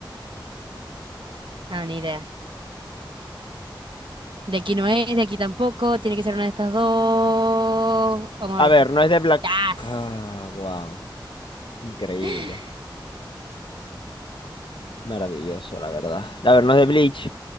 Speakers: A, on the right; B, on the left.
A: Ah, ni idea. De aquí no es, de aquí tampoco. Tiene que ser una de estas dos. Vamos a
B: a
A: ver
B: ver,
A: este.
B: no es de Black.
A: ¡Yas!
B: Ah, wow. Increíble.
A: <gasps>
B: Maravilloso, la verdad. A ver, no es de Bleach.